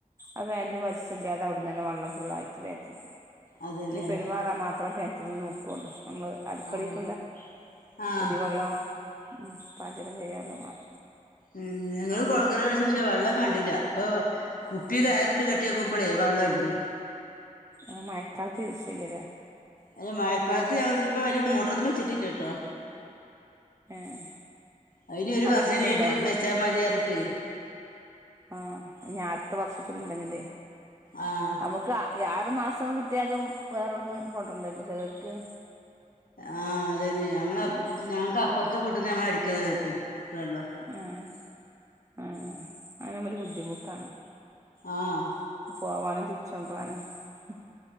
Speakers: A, on the right; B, on the left.
A: അത് വലും രസല്ലാതെ അവിടന്ന വെള്ളം ഫുള്ളായിറ്റ് വരും
B: അതെല്ലേ
A: പിന്നെ പെരുമാറാൻ മാത്രേല്ലെ തിരിഞ്ഞു നോക്കോള്ളൂ നമ്മള് അടുക്കളയില്
B: ആഹ് ആഹ്
A: കുടിവെള്ളം ഉം പാചകം ചെയ്യാള്ളൊ മാത്രം
B: ഉം ഞങ്ങള് കൊഴൽക്കെണറഴിച്ച് പക്ഷെ വെള്ളം കണ്ടില്ല അപ്പൊ കുപ്പി കയറിട്ട് കെട്ടിയോക്കുമ്പൊഴെ വെള്ളണ്ട്
A: ആഹ് മഴക്കാലത്ത് യൂസെയ്യോല്ലെ
B: അല്ല മഴക്കാലത്ത് ഞങ്ങലിതിലിപ്പ വലിയ മോട്ടറൊന്നും വെച്ചിട്ടില്ല കേട്ടൊ
A: ഏഹ്
B: അയിന് ഒരു
A: നല്ല
B: വർഷം
A: കുണ്ടുണ്ടോ
B: കഴിഞ്ഞിട്ട് വെച്ചാൽ മതിയാറഞ്ഞിട്ട്
A: ആഹ് ഞ്ഞി അടുത്ത വർഷത്തിൽ ഉണ്ടെന്നല്ലെ
B: ആഹ്
A: നമുക്ക് യാറ് മാസം കിട്ടിയാലും വേറെവ്ടന്നും കൊണ്ടരണ്ടല്ലൊ ചെലർക്ക് -
B: ആഹ് അതന്നെ ഞങ്ങ
A: ഉം
B: ഞങ്ങക്ക് അപ്പുറത്ത് വീട്ട്ന്ന് ഞങ്ങട്ക്കല നേരിട്ട് വെള്ളം
A: ആഹ് ആഹ് ആഹ് അതാവുമ്പൊര് ബുദ്ധിമുട്ടാണ്
B: ആഹ്
A: പോവാനും തിരിച്ചോണ്ടോവാനും ഞ